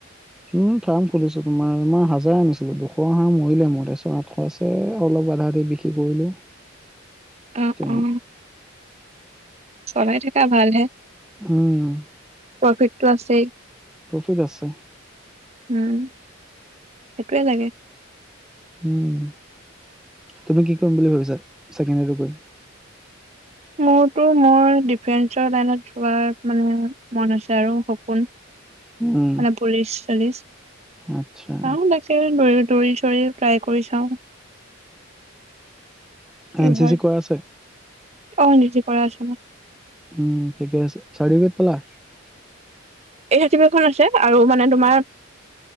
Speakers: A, in the centre; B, on the right (about 30°).
A: উম ফাৰ্ম খুলিছো তোমাৰ হাজাৰেই আনিছিলো দুশ হাহ মৰিলে মোৰ তাৰছত আঠশ আছে অলপ আধা আধি বিক্ৰী কৰিলো।
B: অ',
A: তেনে
B: অ',। চলাই থকা ভালহে
A: উম
B: প্ৰফিটটো আছেই।
A: প্ৰফিত আছে।
B: উম সেইটোৱে লাগে।
A: উম তুমি কি কৰিম বুলি ভাবিছা <unintelligible> কৰি।
B: মোৰতো মোৰ ডিফেন্সৰ লাইনত যোৱাৰ মানে মন আছে আৰু সপোন। মানে
A: উম
B: পুলিচ চুলিচ
A: আচ্ছা।
B: চাওঁ তাকে দৌৰি দৌৰি চৌৰি ট্ৰাই কৰি চাওঁ। কি
A: এন চি
B: হয়
A: চি কৰা আছে।
B: অ', <unintelligible> কৰা আছে মোৰ।
A: উম ঠিকে আছে চাট্ৰিফিকেত পালা?
B: এই <unintelligible> খন আছে আৰু মানে তোমাৰ